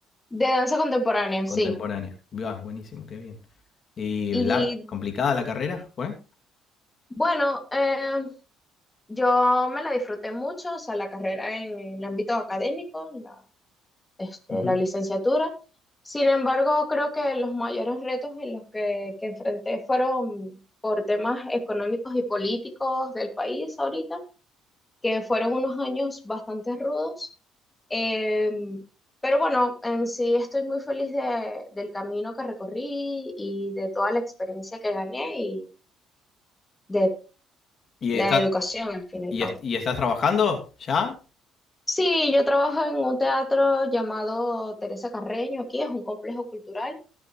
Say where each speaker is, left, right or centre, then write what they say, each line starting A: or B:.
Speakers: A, on the left; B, on the left.
A: De danza contemporánea,
B: Contemporánea.
A: sí.
B: Ah, buenísimo, qué bien. ¿Y
A: Y
B: lar- complicada la carrera fue?
A: bueno, eh, yo me la disfruté mucho, o sea, la carrera en, el ámbito académico, la, este,
B: Ujú.
A: la licenciatura. Sin embargo, creo que los mayores retos en los que, que enfrenté fueron por temas económicos y políticos del país ahorita que fueron unos años bastante rudos. eh, pero bueno, en sí estoy muy feliz de- del camino que recorrí y de toda la experiencia que gané y de
B: ¿Y,
A: la
B: está,
A: educación, al fin y al
B: y,
A: cabo.
B: est- y estás trabajando ya?
A: Sí, yo trabajo en un teatro llamado Teresa Carreño, aquí es un complejo cultural